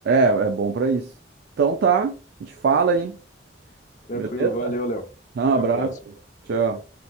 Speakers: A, on the right; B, on the left.
A: é é bom pra isso. Então tá, a gente fala aí,
B: Tranquilo,
A: beleza?
B: valeu, Léo.
A: Um abraço,
B: Até a próxima.
A: tchau.